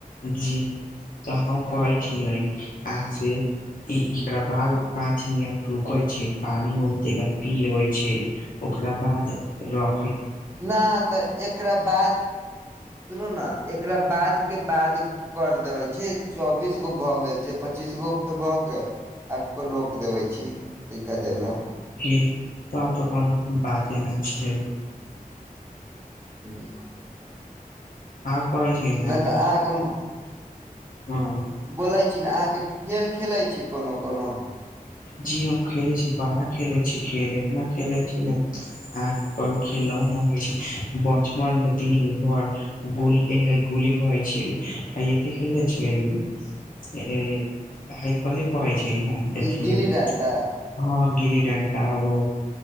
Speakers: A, on the left (about 65°); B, on the right (about 15°).
A: जी तऽ हम कहै छियै अहांके। एकरा बाद पाँच मिनट रुकै छी, पानी ओतय पी लेबै छै। ओकरा बाद र।
B: न तऽ एकरा बाद, सुनू ने, एकरा बाद के बाद। कर देबे छै, चौबीस गो भऽ गेल छै पच्चीस गो पे भऽ के। आ रोक देबै छी, एक-आध देर लेऽ।
A: जी त तऽ कोनो बाते न छै।
B: हूं।
A: आब कहै छै ने
B: नहि तऽ अहाँके
A: हँ।
B: बोलै छी ने, अहाँके खेल-खेलै छी कोनो-कोनो।
A: जी हम खेलै छी बड़ा खेलै छी खेल, इतना खेलै छी ने। आब खेललो नै अबै छै, बचपन में दिन भर। गुल के है गुली कहै छीये, हइ अथि खेलने छियै। एहेइ कथि कहइ छै ने देखियौं।
B: ई गिल्ली डंटा
A: हँ गिली-डंटा आओरो।